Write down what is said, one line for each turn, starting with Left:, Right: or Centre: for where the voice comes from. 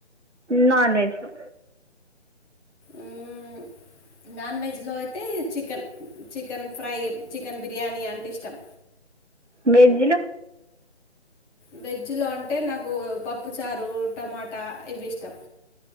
Right: నాన్ వెజ్ లో
Centre: మ్మ్. నాన్ వెజ్లో లో అయితే chicken chicken fry chicken biryani అంటే ఇష్ట త్తం
Right: వెజ్లో
Centre: వెజ్లో అంటే నాకు పప్పుచారు టమాటా ఇవి ఇష్టం